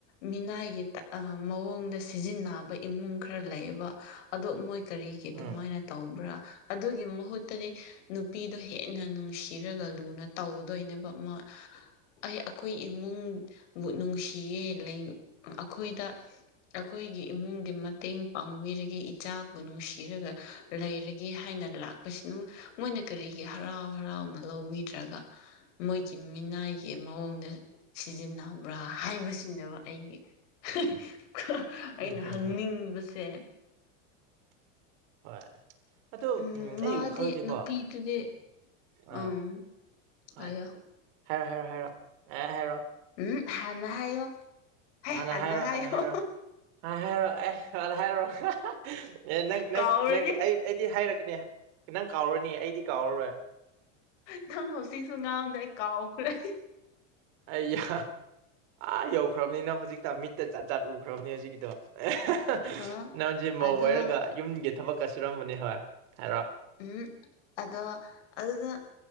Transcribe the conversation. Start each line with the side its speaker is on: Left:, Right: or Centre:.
Left: ꯃꯤꯅꯥꯏꯒꯤ ꯑꯥ ꯃꯑꯣꯡꯗ ꯁꯤꯖꯤꯟꯅꯕ ꯏꯃꯨꯡ ꯈꯔ ꯂꯩꯌꯦꯕ ꯑꯗꯣ ꯃꯣꯏ ꯀꯔꯤꯒꯤ ꯑꯗꯨꯃꯥꯏꯅ
Right: ꯎꯝ
Left: ꯇꯧꯕ꯭ꯔꯥ ꯑꯗꯨꯒꯤ ꯃꯍꯨꯠꯇꯗꯤ ꯅꯨꯄꯤꯗꯣ ꯍꯦꯟꯅ ꯅꯨꯡꯁꯤꯔꯒ ꯂꯨꯅ ꯇꯧꯗꯣꯏꯅꯦꯕ ꯃ ꯑꯩ ꯑꯩꯈꯣꯏ ꯏꯃꯨꯡꯕꯨ ꯅꯨꯡꯁꯤꯌꯦ ꯂꯩ ꯑꯩꯈꯣꯏꯗ ꯑꯩꯈꯣꯏꯒꯤ ꯏꯃꯨꯡꯒꯤ ꯃꯇꯦꯡ ꯄꯥꯡꯕꯤꯔꯒꯦ ꯏꯆꯥꯕꯨ ꯅꯨꯡꯁꯤꯔꯒ ꯂꯩꯔꯒꯦ ꯍꯥꯏꯅ ꯂꯥꯛꯄꯁꯤꯅ ꯃꯣꯏꯅ ꯀꯔꯤꯒꯤ ꯍꯔꯥꯎ ꯍꯔꯥꯎꯅ ꯂꯧꯕꯤꯗ꯭ꯔꯒ ꯃꯣꯏꯒꯤ ꯃꯤꯅꯥꯏꯒꯤ ꯃꯑꯣꯡꯗ ꯁꯤꯖꯤꯟꯅꯕ꯭ꯔꯥ ꯍꯥꯏꯕꯁꯤꯅꯦꯕ ꯑꯩꯒꯤ <unintelligible> ꯑꯩꯅ
Right: ꯎꯝ ꯍꯝ
Left: ꯍꯪꯅꯤꯡꯕꯁꯦ
Right: ꯍꯝ ꯍꯣꯏ ꯑꯗꯣ
Left: ꯎꯝ ꯃꯥꯗꯤ
Right: ꯑꯩ ꯋꯥꯈꯜꯁꯤꯀꯣ
Left: ꯅꯨꯄꯤꯗꯨꯗꯤ ꯎꯝ
Right: ꯑ ꯍꯣꯏ
Left: ꯍꯥꯏꯌꯣ
Right: ꯍꯥꯏꯔꯣ ꯍꯥꯏꯔꯣ ꯍꯥꯏꯔꯣ ꯑꯦ ꯍꯥꯏꯔꯣ
Left: ꯎꯝ ꯍꯥꯟꯅ ꯍꯥꯏꯌꯣ ꯍꯦ
Right: ꯍꯥꯟꯅ ꯍꯥꯏꯔꯣ
Left: ꯍꯥꯏꯌꯣ
Right: ꯍꯥꯟꯅ ꯍꯥꯏꯔꯣ ꯍꯥꯍꯥꯏꯔꯣ ꯑꯦ ꯍꯥꯅ ꯍꯥꯏꯔꯣ <unintelligible> ꯑꯦ ꯅꯪ
Left: ꯀꯥꯎꯔꯅꯤ
Right: ꯅꯪ ꯅꯪꯒꯤ ꯑꯩ ꯑꯩꯗꯤ ꯍꯥꯏꯔꯛꯀꯅꯤ ꯅꯪ ꯀꯥꯎꯔꯅꯤ ꯑꯩꯗꯤ ꯀꯥꯎꯔꯔꯣꯏ
Left: ꯅꯪ ꯍꯧꯖꯤꯛꯁꯨ ꯉꯥꯡꯕꯗ ꯑꯩ ꯀꯥꯎꯈ꯭ꯔꯦ
Right: ꯑꯩꯌꯥ ꯑꯥ ꯌꯧꯈ꯭ꯔꯝꯅꯤꯅ ꯍꯧꯖꯤꯛꯇ ꯃꯤꯠꯇ ꯆꯠ ꯆꯠ ꯎꯈ꯭ꯔꯕꯅꯦ ꯍꯧꯖꯤꯀꯤꯗꯣ <unintelligible>
Left: ꯑ
Right: ꯅꯪꯁꯦ
Left: ꯑꯗꯣ
Right: ꯃꯧ ꯑꯣꯏꯔꯒ ꯌꯨꯝꯒꯤ ꯊꯕꯛꯀ ꯁꯨꯔꯝꯕꯅꯤ ꯍꯣꯏ ꯍꯥꯏꯔꯣ
Left: ꯎꯝ ꯑꯗꯣ ꯑꯗꯨꯅ